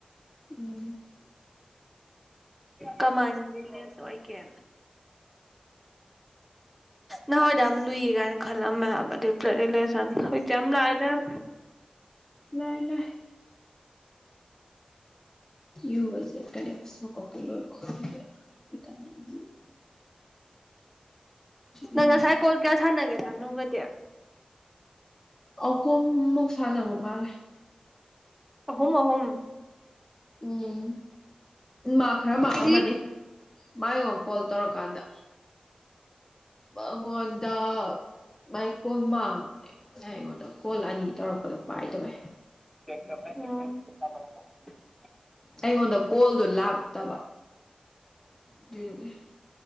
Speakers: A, on the left; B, in the centre.
A: ꯎꯝ
B: ꯀꯃꯥꯏꯅꯗꯤ ꯂꯦꯞꯇꯣꯏꯒꯦ ꯅꯣꯏꯗꯣ ꯌꯥꯝ ꯂꯨꯏ ꯀꯥꯏꯅ ꯈꯜꯂꯝꯃꯦ ꯍꯥꯏꯕ ꯑꯗꯨ ꯄꯜꯦꯇꯤꯂꯦꯁ ꯂꯝꯊꯣꯢꯖꯝ ꯂꯥꯢꯂꯝ
A: ꯂꯥꯏ ꯂꯥꯏ ꯌꯨꯑꯁꯦꯠꯀꯅꯤ ꯢꯁꯨ ꯀꯧꯇꯥ ꯂꯣꯢꯃꯥ ꯈꯪꯡꯗꯦ ꯢꯊꯟꯇꯤ ꯀꯤ
B: ꯅꯪ
A: ꯂꯩꯔꯦ
B: ꯉꯥꯁꯥꯢ ꯀꯣꯜ ꯀꯌꯥ ꯁꯥꯅꯒꯦ ꯇꯥꯅꯨꯕꯗꯤ
A: ꯑꯍꯨꯝ ꯃꯨꯛ ꯁꯥꯟꯅꯕ ꯃꯥꯜꯂꯦ
B: ꯑꯍꯨꯝ ꯑꯍꯨꯝ
A: ꯎꯝ ꯃꯥ ꯈꯔꯥ
B: ꯉꯁꯤꯒꯤ
A: ꯃꯥꯡꯉꯝꯃꯅꯤ ꯃꯥꯏꯑꯣ ꯀꯣꯜ ꯇꯧꯔꯛꯀꯥꯟꯗ ꯃꯉꯣꯟꯗ ꯃꯥꯏ ꯀꯣꯜ ꯃꯥꯡꯕꯅꯦ ꯉꯁꯥꯏ ꯑꯩꯉꯣꯟꯗꯣ ꯀꯣꯜ ꯑꯅꯤ ꯇꯧꯔꯛ ꯑꯩꯂ ꯄꯥꯏꯗꯕꯩ
B: <inaudible>
A: ꯑꯩꯉꯣꯟꯗ ꯀꯣꯜꯗꯨ ꯂꯥꯛꯇꯕ ꯗꯨꯒꯤ